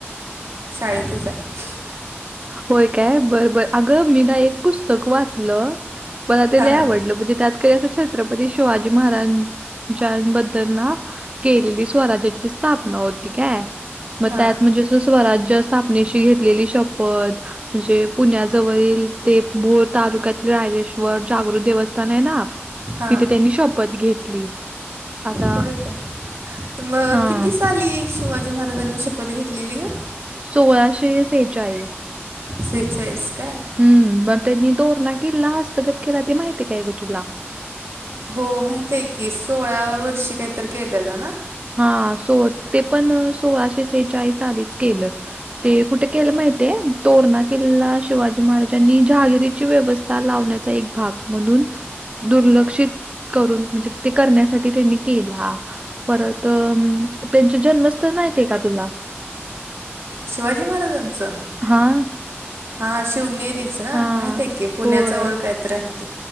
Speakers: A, on the right; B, on the right.
A: शाळेतच आय. <inaudible>
B: होय काय बरं -बर, अगं मी ना एक पुस्तक वाचलं. मला ते
A: हां
B: लय आवडलं म्हणजे त्यात ते असं छत्रपती शिवाजी महाराजांनबद्दल ना केलेली स्वराज्याची स्थापना होती काय. मग
A: हां
B: त्यात म्हणजे असं स्वराज्य स्थापनेशी घेतलेली शपथ, म्हणजे पुण्याजवळील ते भोर तालुक्यातील, रायेश्वर जागृक देवस्थान आहे ना.
A: हां
B: तिथे त्यांनी शपथ घेतली. आता,
A: होय का मग
B: हां.
A: किती साली शिवाजी महाराजांनी शपथ घेतलेली ग?
B: सोळाशे सेचाळीस.
A: सेचाळीस काय?
B: हम्म म त्यांनी तोरणा किल्ला हस्तगत केला ते माहितीय काय ग तुला?
A: हो माहित आहे की, सोळाव्या वर्षी काहीतरी केलेला ना.
B: हा सो ते पण सोळाशे सेहेचाळीस सालीच केलं. ते कुठे केलं माहििते तोरणा केला. शिवाजी महाराजांनी जहागिरीची व्यवस्था लावण्याचा एक भाग म्हणून. दुर्लक्षित करून म्हणजे ते करण्यासाठी त्यांनी केला. परत त्यांचे जन्मस्थळ माहिती आहे का तुला.
A: शिवाजी महाराजांचं.
B: हां.
A: हा शिवनेरीच ना
B: हां.
A: माहित आहे की पुण्याच
B: होय.
A: वळ कायत आहे ते.